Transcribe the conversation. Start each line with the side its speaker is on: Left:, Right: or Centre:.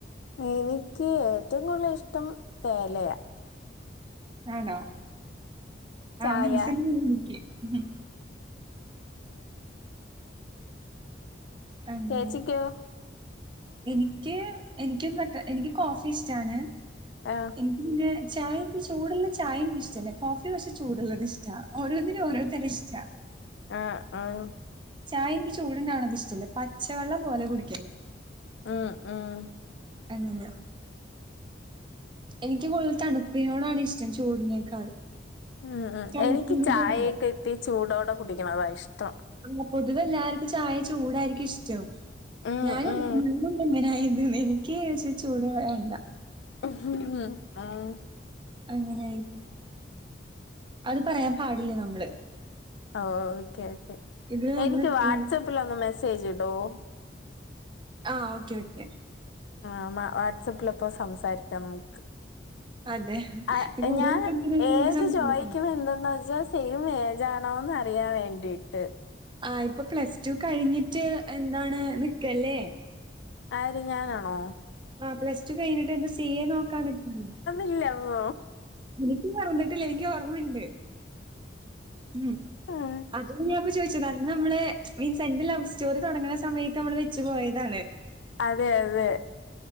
Left: എനിക്ക് ഏറ്റോം കൂടുതൽ ഇഷ്ടം തേലയാ
Right: ആണോ
Left: ചായ
Right: ആഹ് മൻസിൽ <unintelligible> അങ്ങനെ
Left: ചേച്ചിക്ക്യോ
Right: എനിക്ക് എനിക്കും കട്ടൻ എനിക്ക് കോഫി ഷ്ടാണ്
Left: ആഹ്
Right: എനിക്ക് പിന്നെ ചായ എനിക്ക് ചൂടുള്ള ചായ എനിക്ക് ഇഷ്ടല്ല കോഫി കൊറച് ചൂടുള്ളത് ഇഷ്ടാ ഓരോന്നിനും ഓരോ തരം ഇഷ്ടാ
Left: ആഹ് ആഹ്
Right: ചായ എനിക്ക് ചൂടുണ്ടാവണത് ഇഷ്ടല്ല പച്ചവെള്ളം പോലെ കുടിക്കണം
Left: ആഹ് ആഹ്
Right: അങ്ങനാ എനിക്ക് കൂടുതൽ തണുപ്പിനോടാണ് ഇഷ്ടം ചൂടിനേക്കാൾ
Left: ഉം ഉം
Right: തണുപ്പിനോടല്ല.
Left: എനിക്ക് ചായയൊക്കെ ഇത്തി ചൂടോടെ കുടിക്കണം അതാ ഇഷ്ടം
Right: ആഹ് പൊതുവെ എല്ലാര്ക്കും ചായ ചൂടായിരിക്കും ഇഷ്ടം
Left: ഉം
Right: ഞാനു <unintelligible>
Left: ഉം
Right: ഇങ്ങനായത് ന് എനിക്ക് ച് ചൂട് വേണ്ടാ
Left: ങ്ഹ് ഹ് ആഹ്
Right: അങ്ങനായിത് അത് പറയാൻ പാടില്ല നമ്മള്
Left: ഓ ഓക്കേ ഓക്കേ
Right: ഇതില് നമ്മള്
Left: എനിക്ക് വാട്സാപ്പിൽ
Right: ഉം
Left: ഒന്ന് മെസ്സേജ് ഇടുവോ
Right: ആഹ് ഓക്കെ ഓക്കെ
Left: ആഹ് ന്നാ വാട്സാപ്പിലപ്പം സംസാരിക്കാം നമുക്ക്
Right: അതെ.
Left: ആഹ്
Right: ഇപ്പൊ കൂടുതൽ
Left: ഞാൻ
Right: കമ്പനിയായി
Left: ഏജ്
Right: നമുക്ക് സംസാരിക്കാം.
Left: ചോയിക്കണെന്തെന്ന് വെച്ചാ സെയിം ഏജാണോന്നറിയാൻ വേണ്ടീട്ട്
Right: ആഹ് ഇപ്പൊ പ്ലസ് ടു കഴിഞ്ഞിട്ട് എന്താണ് നിക്കല്ലേ
Left: ആര് ഞാനാണോ
Right: ആഹ് പ്ലസ് ടു കഴിഞ്ഞിട്ട് എന്ത് സി എ നോക്കാൻ നിക്ക്ന്ന്
Left: ഇല്ല പോ
Right: എനിക്ക് മറന്നിട്ടില്ല എനിക്ക് ഓർമ്മണ്ട് ഉം
Left: ഉം
Right: അതും ഞാപ്പൊ ചോയിച്ചതാ അന്നമ്മളെ മീൻസ് എന്റെ ലവ് സ്റ്റോറി തൊടങ്ങണ സമയത്തമ്മള് വെച്ചു പോയതാണ്
Left: അതെ അതെ